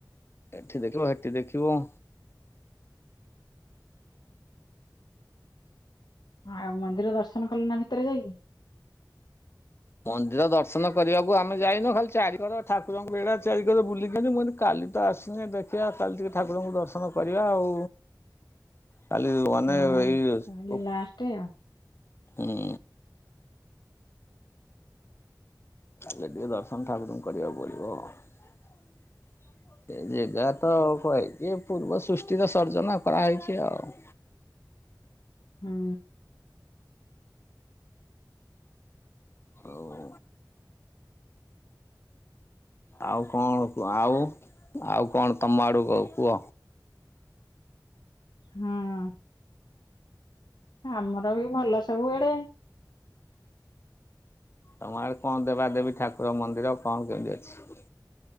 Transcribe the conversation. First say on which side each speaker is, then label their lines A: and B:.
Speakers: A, on the left; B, on the left.
A: ଏଠି ଦେଖିବ ହେଠି ଦେଖିବ।
B: ହଁ, ଆଉ ମନ୍ଦିର ଦର୍ଶନ କଲୁନା ଭିତରେ ଯାଇକି?
A: ମନ୍ଦିର ଦର୍ଶନ କରିବାକୁ ଆମେ ଯାଇନୁ, ଖାଲି ଚାରି କର ଠାକୁରଙ୍କା ବେଢା ଚାରିକର ବୁଲିକିନି, ମୁଁ କଇନି କାଲି ତ ଆସ୍ ଦେଖିଆ ଆଉ କାଲି ଟିକେ, ଠାକୁରଙ୍କୁ ଦର୍ଶନ କରିବା ଆଉ। କାଲି ମାନେ
B: ହଁ
A: ଏଇ
B: କାଲି
A: ଉପ୍
B: ଲାଷ୍ଟ ଆଉ।
A: ହୁଁ। କାଲି ଟିକେ ଦର୍ଶନ, ଠାକୁରଙ୍କୁ କରିବାକୁ ପଡିବ ଆଉ। ସେ ଜେଗା ତ କହିଛି, ପୂର୍ବ ସୃଷ୍ଟିର ସର୍ଜନା କରାହେଇଛି ଆଉ।
B: ହୁଁ।
A: ହଉ। ଆଉ କଣ କୁ, ଆଉ ଆଉ କଣ ତମ ଆଡୁକୁ କୁହ?
B: ହଁ। ଆମର ବି ଭଲ ସବୁ ଏଡେ।
A: ତମ ଆଡ଼େ କଣ ଦେବାଦେବୀ ଠାକୁର ମନ୍ଦିର, କଣ କେମିତି ଅଛି?